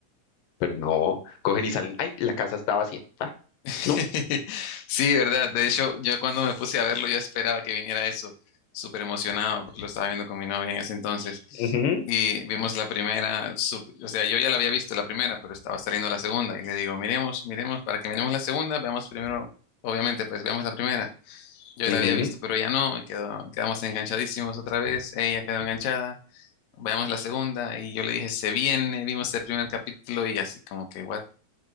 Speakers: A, on the left; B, on the left.
A: Pero no, cogen y salen. ¡Ay! La casa está vacía. Ah,
B: <laughs>
A: no.
B: Sí, verdad. De hecho, yo cuando me puse a verlo, yo esperaba que viniera eso, súper emocionado, porque lo estaba viendo con mi novia en ese entonces.
A: ujú,
B: Y vimos la primera, sup- o sea, yo ya la había visto la primera, pero estaba saliendo la segunda. Y le digo, miremos, miremos, para que miremos la segunda, veamos primero, obviamente, pues veamos la primera. Yo
A: ujú.
B: la había visto, pero ella no, y quedó- quedamos enganchadísimos otra vez. Ella quedó enganchada. Veamos la segunda, y yo le dije, se viene. Vimos el primer capítulo, y así como que, what